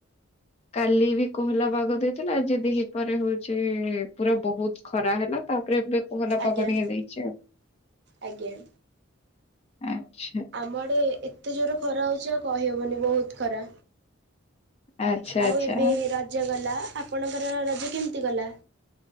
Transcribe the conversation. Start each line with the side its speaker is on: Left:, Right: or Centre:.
Left: କାଲିବି କୋହଲା ପାଗ ଦେଇଥିଲା ଆଜି ଦିହିପରେ ହଉଚି ପୁରା ବହୁତ୍ ଖରା ହେଲା ତାପରେ ଏବେ ପୋହଲା
Right: ଆଜ୍ଞା
Left: ପାଗ ଟିକେ ଦେଇଚି ଆଉ
Right: ଆଜ୍ଞା।
Left: ଆଚ୍ଛା।
Right: ଆମଆଡ଼େ ଏତେ ଜୋର ଖରା ହଉଚି ଆଉ କହିହେବନି ବହୁତ୍ ଖରା।
Left: ଆଚ୍ଛା
Right: ଆଉ
Left: ଆଚ୍ଛା।
Right: ଏବେ ରଜ ଗଲା ଆପଣଙ୍କର ରଜ କେମିତି ଗଲା?